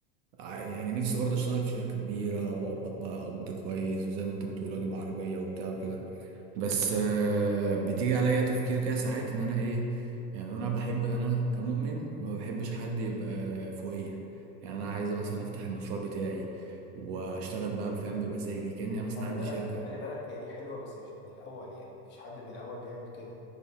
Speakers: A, on the right (about 70°); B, on the left (about 35°).
A: ع- يعني نفسي برضه اشتغل في شركه كبيره واقبض بقى قبض كويس وزي ما انت بتقول واجيب عربيه وبتاع وكده بس آه، بتيجي عليا تفكير كده ساعات ان انا ايه يعني انا بحب انا كمؤمن ما بحبش حد يبقى فوقية يعني انا عايز مثلا افتح المشروع بتاعي واشتغل بقى فاهم بمزاجي كأني مثلا
B: خلي
A: عندي
B: بالك
A: شركة
B: خلي بالك هي دي حلوة بس مش من الاول يعني مفيش حد من الاول بيعمل كده